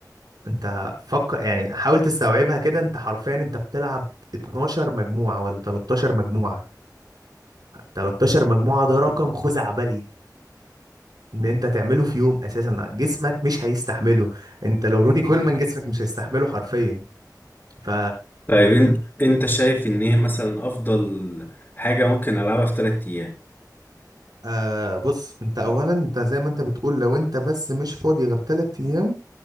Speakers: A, on the right (about 65°); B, on the left (about 25°).
A: انت فكر يعني حاول تستوعبها كده انت حرفيا انت بتلعب 12 مجموعة ولا 13 مجموعة 13 مجموعة ده رقم خزعبلي ان انت تعمله في يوم اساسا جسمك مش هيستحمله انت لو روني كولمان جسمك مش هيستحمله حرفيا ف
B: طيب انت انت شايف ان هي مثلا افضل حاجه ممكن العبها في ثلاث ايام
A: آه بص انت اولا انت زي ما انت بتقول لو انت بس مش فاضي غير تلات ايام